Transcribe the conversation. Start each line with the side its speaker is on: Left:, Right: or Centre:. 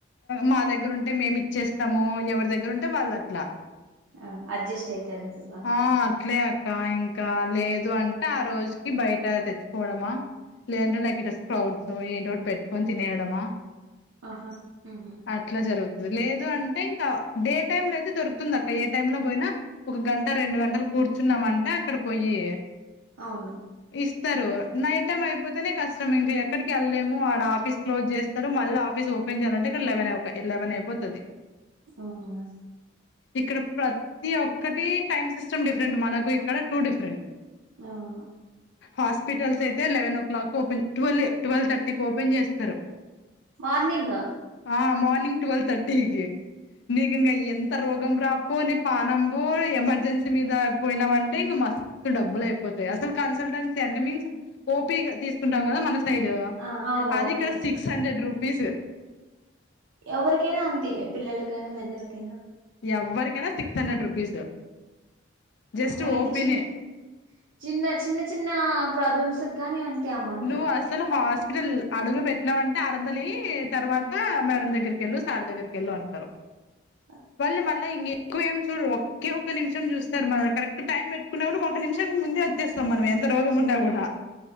Left: మా దగ్గర ఉంటే మేం ఇచ్చేస్తాము ఎవరి దగ్గర ఉంటే వాళ్ళు అట్ల
Right: ఆ అడ్జస్ట్ అయితారు బాగా
Left: ఆ అట్లే అక్క ఇంకా లేదు అంటే ఆ రోజుకి బయట తెచ్చుకోవడమా లేదంటే లైక్ ఇటు వస్తు ఉంటావు ఏంటో ఒకటి పెట్టుకొని తినయడము
Right: ఆహా ఊ
Left: అట్ల జరుగుతుది లేదు అంటే ఇంకా డే టైమ్ లో అయితే దొరుకుతుంది అక్క ఏ టైమ్ లో పోయినా ఒక గంట రెండు గంటలు కూర్చున్నామంటే అక్కడ పోయి
Right: అవును
Left: ఇస్తరు నైట్ టైం అయిపోతేనే కష్టం ఇంకా ఎక్కడికి ఎళ్ళలేము ఆడ ఆఫీస్ క్లోజ్ చేస్త స్తరు మళ్ళ ఆఫీస్ ఓపెన్ చేయలంటే ఇక్కడ లెవేన్ అయిపోతది ఒక లెవెన్ అయిపోతా దండి
Right: అవునా
Left: ఇక్కడ ప్రతి ఓక్కటి టైమ్ సిస్టమ్ డిఫరెంట్ మనకు ఇక్కడ టూ డిఫరెంట్
Right: అవును
Left: హాస్పిటల్స్ అయితే eleven o'clock open twelve twelve thirty కి ఓపెన్ చేస్తారు
Right: మార్నింగ్ ఆ
Left: ఆ మార్నింగ్ ట్వెల్వ్ థర్టీ కే నీకు ఇంగా ఎంత రోగం రాపో నీ పానం కు ఎమర్జెన్సీ మీద అయిపోయినవంటే ఇంగ మస్ స్తు డబ్బులు అయిపోతాయి అసలు కన్సల్టెన్సీ అంటే మీన్స్ ఓపీగా తీసుకుంటాం కదా మన సైడు
Right: ఆ అవును
Left: అది
Right: ఓపి
Left: కాస్త
Right: తీసుకు
Left: సిక్స్ హండ్రెడ్ రూపీసు
Right: ఎవరికైనా అంతే పిల్లలకైనా పెద్దలకైనా
Left: ఎవరికైనా సిక్స్ హండ్రెడ్ రూపీస్ జస్ట్
Right: అమ్మో ఏంటి
Left: ఓపీనే
Right: చిన్న చిన్న చిన్న చిన్న ప్రాబ్లమ్స్ గాని అంతే అమౌంట్
Left: నువ్వు
Right: ఆ
Left: అసలు హాస్పిటల్ అడుగు పెట్టినామంటే ఆరందలు ఇయ్యి తర్వాత మేడం దగ్గరికి వెళ్ళు సార్ దగ్గరికి వెళ్ళు అంటారు
Right: <inaudible>
Left: వాళ్ళు మల్ల ఇం ఎక్కువ ఏం చూడరూ ఒకే ఒక నిమిషం చూస్తారు మన కరెక్ట్ టైం పెట్టుకున్నా కూడా ఒక నిమిషం ముందే వచ్చేస్తాం మనం ఎంత రోగం ఉన్నా గూడ